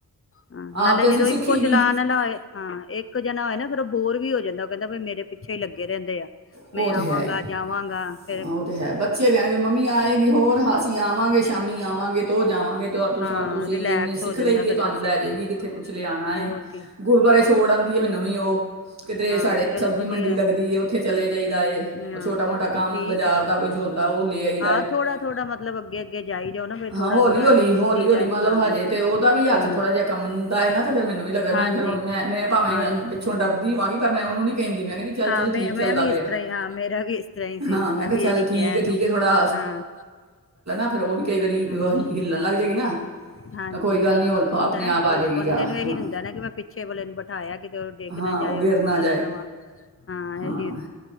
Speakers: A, on the left; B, on the right.
A: ਆਂ ਨਾਲੇ
B: ਆਪ ਤੇ
A: ਜਿਦੋਂ
B: ਅਸੀਂ ਸਿੱਖੀ
A: ਇੱਕੋ
B: ਨਹੀਂ
A: ਚਲਾਨ ਲਾ ਹਾਂ ਇੱਕ ਜਣਾ ਹੋਏ ਨਾ ਫੇਰ ਓ ਬੋਰ ਵੀ ਹੋ ਜਾਂਦਾ ਕਹਿੰਦਾ ਵੀ ਮੇਰੇ ਪਿੱਛੇ ਈ ਲੱਗੇ ਰੈਂਦੇ ਆ।
B: ਉਹ
A: ਮੈਂ ਆਵਾਂਗਾ,
B: ਤੇ ਹੈ ਹੀ
A: ਜਾਵਾਂਗਾ
B: ਹਾਂ,
A: ਫੇਰ
B: ਉਹ ਤੇ ਹੈ ਬੱਚੇ ਕਹਿਣਗੇ ਮੰਮੀ ਆਏਗੀ ਹੋਰ ਹ ਅਸੀਂ ਆਵਾਂਗੇ ਸ਼ਾਮੀ ਆਵਾਂਗੇ ਤੋ ਓ ਜਾਵਾਂਗੇ ਤੋ ਤੁਸਾਂ
A: ਹਾਂ
B: ਤੁਸੀ
A: ਰਿਲੈਕਸ
B: ਏਨੇ ਸਿੱਖ
A: ਹੋ
B: ਲਈ
A: ਜਾਂਦਾ
B: ਦੀਏ
A: ਫਿਰ
B: ਤੁਹਾਨੂੰ
A: ਬੱਚਿਆਂ
B: ਲੈ ਜਾਏਗੀ
A: ਨੂੰ
B: ਕਿੱਥੇ ਕੁਛ ਲਿਆਨਾ
A: ਹੋਰ
B: ਏ
A: ਕੀ
B: ਗੁਰਦੁਆਰੇ
A: ਹਾਂ
B: ਸੋ਼ੜ ਆਂਦੀ ਏ ਮੈਨੂੰ ਵੀ ਓ ਕਿਦਰੇ
A: ਹਾਂ
B: ਸਾਡੇ
A: ਚਲੋ
B: ਸਬਜੀ
A: ਵਧੀਆ
B: ਮੰਡੀ ਲੱਗਦੀ, ਓਥੇ ਚਲੇ ਜਾਈਦ ਏ,
A: ਹਾਂ
B: ਓ ਛੋਟਾ-ਮੋਟਾ
A: ਹਾਂ
B: ਕੰਮ
A: ਠੀਕ
B: ਬਜਾਰ
A: ਹੈ
B: ਦਾ ਕੋਈ ਹੋਂਦਾ ਓ ਲੇ ਆਈਦਾ
A: ਹਾਂ
B: ਐ,
A: ਥੋੜਾ ਥੋੜਾ ਮਤਲਬ ਅੱਗੇ ਅੱਗੇ ਜਾਈ ਜਾਓ ਨਾ ਫਿਰ ਥੋੜਾ
B: ਹਾਂ ਹੋਲੀ
A: ਥੋੜਾ
B: ਹੋਲੀ, ਹੋਲੀ
A: ਵਧੀ ਜਾਏ
B: ਹੋਲੀ ਮਨਲੋ
A: ਹਾਂ
B: ਹਜੇ ਤੇ ਓਦਾ ਵੀ ਹੱਥ
A: ਹਮ
B: ਥੋੜਾ ਜੇਆ ਕਮੰ ਦਾ ਏ ਨਾ ਤੇ ਫੇਰ ਮੈਨੂੰ ਵੀ ਲੱਗਦਾ
A: ਹਾਂਜੀ
B: ਮੈਂ ਫਿਰ ਮੈਂ, ਮੈਂ ਭਾਵੇਂ
A: ਆਨ
B: ਪਿੱਛੋਂ ਡਰਦੀ ਹੋਵਾਂਗੀ। ਮੈਂ ਓਨੂੰ ਨੀ ਕੈਂਦੀ ਮੈਂ, ਮੈ ਕੈਂਦੀ ਚੱਲ
A: ਹਾਂ
B: ਚੱਲ
A: ਮੈਂ
B: ਠੀਕ
A: ਮੈਂ
B: ਚੱਲਦਾ
A: ਵੀ
B: ਪਿਆ,
A: ਇਸ ਤਰ੍ਹਾਂ ਹੀ ਹਾਂ ਮੇਰਾ ਵੀ ਇਸ ਤਰ੍ਹਾਂ ਹੀ ਸੀ
B: ਹਾਂ, ਮੈਂ ਕੇ
A: ਵੀ
B: ਚੱਲ
A: ਇਹੀ
B: ਠੀਕ
A: ਕਿਹਾ
B: ਏ,
A: ਇਹਨੂੰ
B: ਠੀਕ ਏ ਥੋੜਾ
A: ਹਾਂ
B: ਫਿਰ ਉਹ ਵੀ ਕਈ ਵਾਰੀ
A: ਹਾਂਜੀ,
B: ਉਹ ਹਿੱਲਣ ਲੱਗ ਜਾਏਗੀ ਨਾ
A: ਹਾਂਜੀ
B: ਕੋਈ ਗੱਲ
A: ਹਾਂ
B: ਨਹੀਂ ਉਹ
A: ਹੋ ਜਾਂਦਾ
B: ਆਪਣੇ
A: ਨਾ
B: ਆਪ ਆ
A: ਓ
B: ਜਾਏਗੀ
A: ਬੰਦੇ
B: ਜਾ
A: ਨੂੰ ਏਹੀ
B: ਹਾਂ
A: ਹੁੰਦਾ ਨਾ ਕਿ ਮੈਂ ਪਿੱਛੇ ਵਾਲੇ ਨੂੰ ਬਿਠਾਯਾ ਕਿਤੇ ਓ ਡੇਗ
B: ਹਾਂ
A: ਨਾ
B: ਉਹ
A: ਜਾਏ
B: ਗਿਰ
A: ਉਹਨੂੰ ਸੁੱਟ
B: ਜਾਏ
A: ਨਾ ਦਵਾਂ ਹਾਂ ਏ
B: ਹਾਂ,